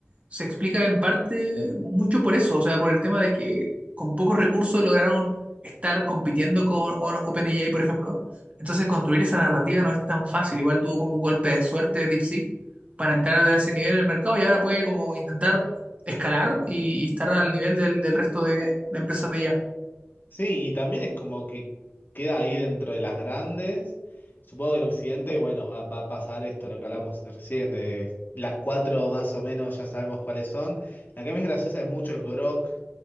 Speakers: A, on the right (about 30°); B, on the left (about 45°).
A: se explica en parte mucho por eso, o sea, por el tema de que con pocos recursos lograron estar compitiendo con O- OpenAI, por ejemplo. Entonces, construir esa narrativa no es tan fácil. Igual tuvo como un golpe de suerte de DeepSeek para entrar a ese nivel en el mercado y ahora puede como intentar escalar y, y estar al nivel del, del resto de, de empresas de IA.
B: Sí, y también es como que queda ahí dentro de las grandes. Supongo que en Occidente, bueno, va, va a pasar esto, lo que hablamos recién, de las cuatro más o menos ya sabemos cuáles son. La que más graciosa es mucho es Grok,